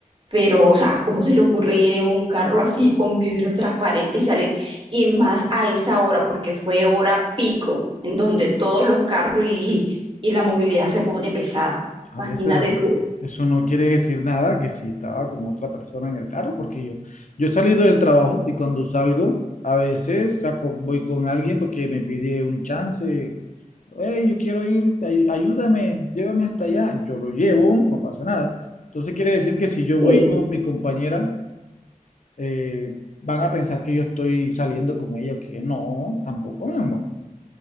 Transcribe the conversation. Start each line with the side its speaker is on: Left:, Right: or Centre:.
Right: pero, o sea, ¿cómo se le ocurre ir en un carro así con vidrios transparentes y salir? Y más a esa hora, porque fue hora pico, en donde todos los carros y, y la movilidad se pone pesada.
Left: A
Right: Imagínate
Left: ver, pero
Right: tú.
Left: eso no quiere decir nada que si estaba con otra persona en el carro, porque yo, yo he salido del trabajo y cuando salgo, a veces saco- voy con alguien porque me pide un chance, Hey, yo quiero ir, ay- ayúdame, llévame hasta allá. Yo lo llevo, no pasa nada. Entonces quiere decir que si yo voy
Right: Sí.
Left: con mi compañera, eh, van a pensar que yo estoy saliendo con ella, que no, tampoco, mi amor.